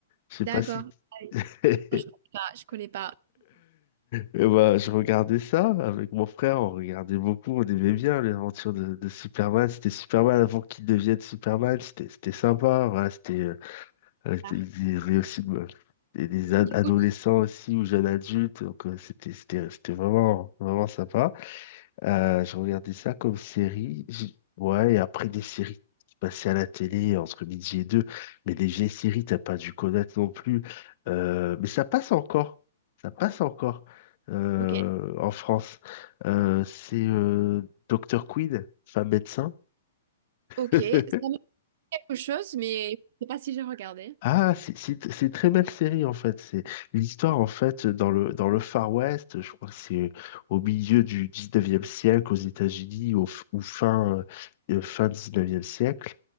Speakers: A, on the left; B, on the right.
A: Je sais
B: D'accord.
A: pas si.
B: Ah oui.
A: <laughs>
B: Non, je connais pas. Je connais pas.
A: Et bah, je regardais ça avec mon frère, on regardait beaucoup, on aimait bien l'aventure de, de Superman. C'était Superman avant qu'il devienne Superman, c'était c'était sympa. Voilà, c'était euh, euh, c'était-
B: Ah.
A: il y avait aussi euh, des, des ad-
B: Du
A: adolescents
B: coup, tu-
A: aussi ou jeunes adultes, donc euh, c'était c'était c'était vraiment vraiment sympa. Euh, je regardais ça comme série. J- Ouais, et après des séries qui passaient à la télé entre midi et deux. Mais des vieilles séries, t'as pas dû connaître non plus. Euh, mais ça passe encore. Ça passe encore euh,
B: ok.
A: en France. Euh, c'est euh, Dr. Quinn, femme médecin.
B: Ok,
A: <laughs>
B: ça me dit quelque chose, mais je sais pas si j'ai regardé.
A: Ah, c'est c'est- c'est une très belle série en fait. C'est l'histoire en fait dans le dans le Far West. Je crois que c'est au milieu du 19e siècle aux États-Unis au f- ou fin euh, fin 19e siècle.